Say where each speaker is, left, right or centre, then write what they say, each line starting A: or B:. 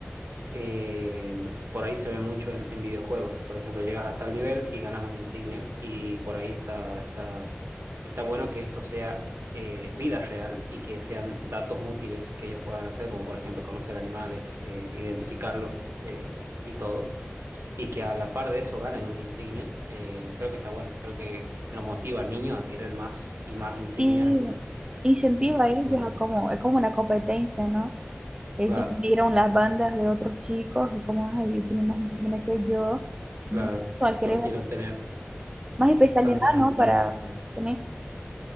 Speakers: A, on the right; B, on the right.
A: eh, por ahí se ve mucho en, en videojuegos. Por ejemplo, llegas a tal nivel y ganas una insignia y por ahí está, está, está bueno que esto sea eh, vida real y que sean datos útiles que ellos puedan hacer, como por ejemplo conocer animales, eh, identificarlos eh, y todo. Y que a la par de eso ganen una insignia, eh, creo que está bueno. Creo que lo motiva al niño a querer más y más insignias,
B: Y
A: entonces
B: incentiva
A: está,
B: a ellos
A: está muy bueno.
B: a como, es como una competencia, ¿no? Ellos
A: Claro,
B: miran las bandas de otros chicos y como, ay, él tiene más insignia que yo.
A: claro.
B: Y hay querer
A: Yo quiero
B: más,
A: tener
B: más especialidad,
A: tantas insignias
B: ¿no? Para
A: como él.
B: tener,